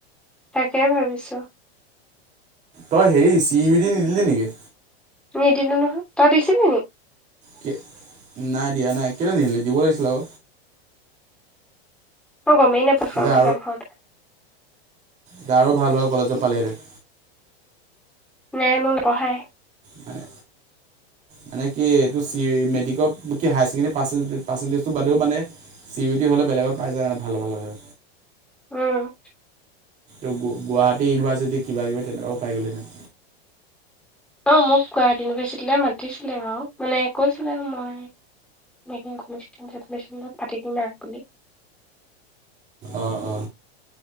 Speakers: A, in the centre; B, on the right.
A: তাকেই ভাবিছোঁ।
B: তই হেৰি চি ই বি ডি নিদিলি নেকি?
A: নিদিলো নহয়, তাই দিছিলি নেকি?
B: কি নাই দিয়া নাই, কেলেই নিদিলি দিব লাগিছিল আক।
A: মই গমেই নাপাওঁ ফ্ৰম
B: এতিয়া
A: ফিলাপ হওঁতে।
B: তই আৰু ভাল ভাল কলেজত পালিহেতেঁন।
A: নাই মোৰ নপঢ়ায়।
B: মানে মানে কি এইটো চি মেট্ৰিকত কি হায়াৰ ছেকেণ্ডেৰী পাৰ্চ পাৰ্চেণ্টেজটো বাদেও মানে চি ইউটি হ'লে বেলেগত পাই যায় মানে ভাল হয়।
A: উম
B: এই গুৱাহাটী ইউনিভাৰ্চিটি কিবা কিবি তেকুৱা পাই গলি হেতেন।
A: অঁ মোক গুৱাহাটী ইউনিভাৰ্চিটিলৈ মাতিছিলে বাৰু, মানে কৈছিলে আৰু মই <unintelligible>
B: অ অ